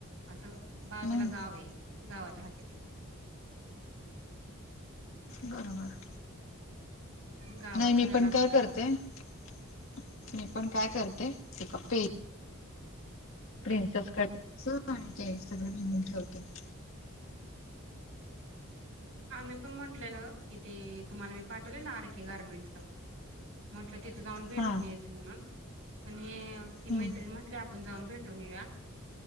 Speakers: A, on the right; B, on the left.
A: असं बाजूला
B: मग
A: गाव आहे गावात राहते ते
B: बरोबर
A: गावात
B: नाही मी
A: राहायला
B: पण
A: असून
B: काय करते मी पण काय करते तेप्प प्रिन्सेस कडे आणि ते सगळ रिमून ठेवते
A: आम्ही पण म्हटलं की ते तुम्हाला मी पाठवले ना आर केे गार्मेंटच म्हटलं तिथं जाऊन भेटून
B: हा
A: यायचं म्हणून पण हे ती
B: हम्म
A: मैत्रिणी म्हटले आपण जाऊन भेट ूनरा